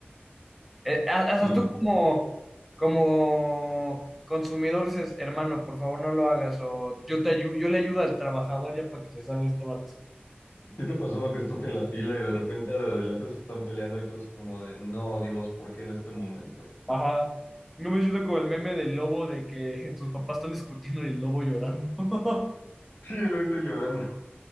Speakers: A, in the centre; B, on the left.
A: Eh, ha- hasta
B: sí.
A: tú como, como consumidor dices, hermano, por favor, no lo hagas, o yo te ayu- yo le ayudo al trabajador ya para que se salga este vato.
B: ¿Sí te pasó que estás en la fila y de repente de adelante se están peleando y todo así como de, no, Dios, ¿por qué en este momento? <laughs>
A: Ajá. No me siento como el meme del lobo de que <laughs> sus papás están discutiendo y el lobo llorando. <laughs>
B: Sí, lo ahorita llorando.